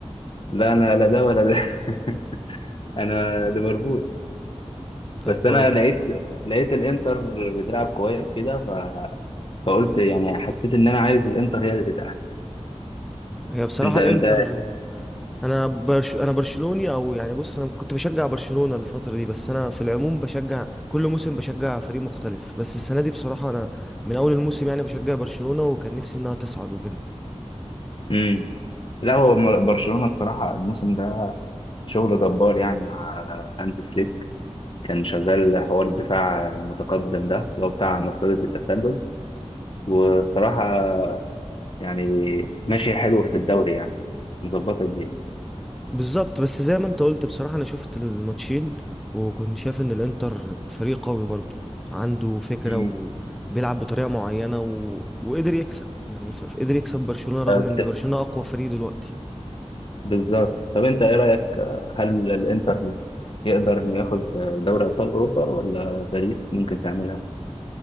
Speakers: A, on the left (about 50°); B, in the centre.
A: لا أنا لا ده ولا ده <laughs> أنا ليفربول
B: طب
A: بس
B: كويس
A: أنا لقيت لقيت الإنتر بتلعب كويس كده ف... فقلت يعني حسيت إن أنا عايز الإنتر هي اللي تتأهل
B: هي بصراحة
A: انت انت
B: الانتر انا برش... انا برشلوني او يعني بص انا كنت بشجع برشلونة الفترة دي بس انا في العموم بشجع كل موسم بشجع فريق مختلف بس السنة دي بصراحة انا من اول الموسم يعني بشجع برشلونة وكان نفسي انها تصعد وكده
A: امم لا هو م- برشلونة الصراحة الموسم ده شغل جبار يعني مع هانز فليك كان شغال حوار الدفاع المتقدم ده اللي هو بتاع مصيدة التسلل والصراحة يعني ماشي حلو في الدوري يعني مظبطة الدنيا
B: بالظبط بس زي ما انت قلت بصراحة انا شفت الماتشين وكنت شايف ان الانتر فريق قوي برضه عنده فكرة
A: مم.
B: وبيلعب بطريقة معينة و... وقدر يكسب يعني ف... قدر يكسب برشلونة رغم
A: طب-
B: ان برشلونة اقوى فريق دلوقتي
A: بالظبط طب انت ايه رأيك هل الانتر يقدر انه ياخد دوري ابطال اوروبا ولا باريس ممكن تعملها؟